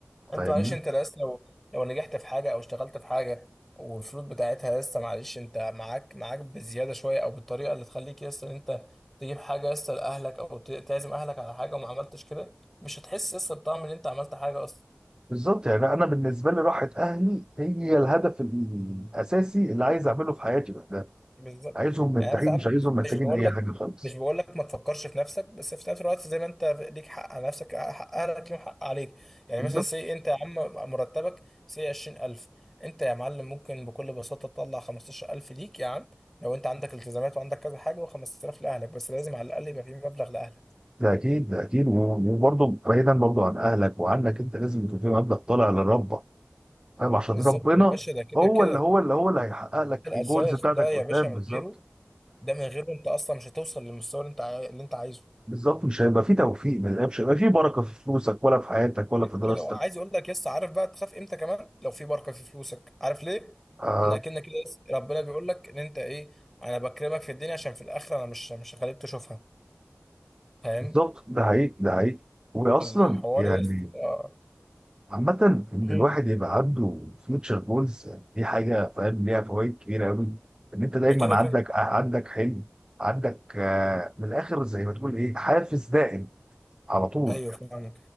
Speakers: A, on the right; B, in the centre.
A: فاهمني؟
B: انت معلش انت لسه لو لو نجحت في حاجه او اشتغلت في حاجه والفلوس بتاعتها لسه معلش انت معاك معاك بزياده شويه او بالطريقه اللي تخليك لسه ان انت تجيب حاجه لسه لاهلك او ت- تعزم اهلك على حاجه وما عملتش كده مش هتحس لسه بطعم ان انت عملت حاجه اصلا
A: بالظبط يعني أنا بالنسبة لي راحة أهلي هي الهدف الأساسي اللي عايز أعمله في حياتي بقى ده
B: بالظبط
A: عايزهم مرتاحين
B: يعني أنا بصراحة
A: مش عايزهم محتاجين
B: مش بقول
A: أي
B: لك
A: حاجة خالص
B: مش بقول لك ما تفكرش في نفسك بس في نفس الوقت زي ما انت ليك حق على نفسك حق اهلك ليهم حق عليك يعني
A: بالظبط
B: مثلا سي انت يا عم مرتبك سي 20000 انت يا معلم ممكن بكل بساطة تطلع 15000 ليك يا عم لو انت عندك التزامات وعندك كذا حاجة و5000 لاهلك بس لازم على الاقل يبقى في مبلغ لاهلك
A: ده اكيد ده اكيد و- وبرضه بعيدا برضه عن اهلك وعنك انت لازم يكون في مبدأ طالع لربك فاهم عشان
B: بالظبط
A: ربنا
B: يا باشا ده كده
A: هو
B: كده
A: اللي
B: ده
A: هو اللي هو اللي هيحقق لك
B: الاساس
A: الجولز بتاعتك
B: ده يا
A: قدام
B: باشا من
A: بالظبط
B: غيره ده من غيره انت اصلا مش هتوصل للمستوى اللي انت عاي- اللي انت عايزه
A: بالظبط مش هيبقى في توفيق من- الله، مش هيبقى في بركه في فلوسك ولا في حياتك ولا
B: كده
A: في دراستك
B: كده وعايز اقول لك يس عارف بقى تخاف امتى كمان لو في بركه في فلوسك عارف ليه
A: آه
B: انك انك كده يس ربنا بيقول لك ان انت ايه انا بكرمك في الدنيا عشان في الاخره انا مش مش هخليك تشوفها فاهم
A: بالظبط ده حقيقي ده حقيقي واصلا
B: الحوار
A: يعني
B: يس اه
A: عامة إن
B: هم.
A: الواحد يبقى عنده فيوتشر جولز دي حاجة فاهم ليها فوائد كبيرة أوي إن أنت دايما
B: ده كده كده
A: عندك عندك حلم عندك آه، من الآخر زي ما تقول إيه حافز دائم على طول
B: ايوه فاهم